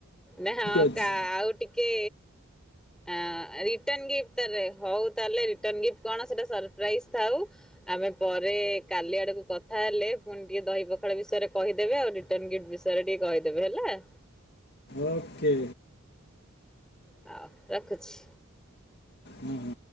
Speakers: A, in the centre; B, on the left (about 50°).
A: ନା ହଁ
B: ଅଛି
A: କ ଆଉ ଟିକେ ଆଁ ହଉ ତାହଲେ ରିଟନ ଗିଫ୍ଟ ତାହାଲେ ହୋଉ ତାଳେ କଣ ସେଟା ସରପାଇଜ ଥାଉ ଆମେ ପରେ କାଲି ଆଡକୁ କଥା ହେଲେ ପୁଣି ଟିକେ ଦହି ପଖାଳ ବିଷୟରେ କହିଦେବେ ଆଉ ରଟନ ଗିଫ୍ଟ ବିଷୟରେ କହିଦେବେ ହେଲା।
B: ଓକେ
A: ହଁ ରଖୁଛି।
B: ହଁ ହଁ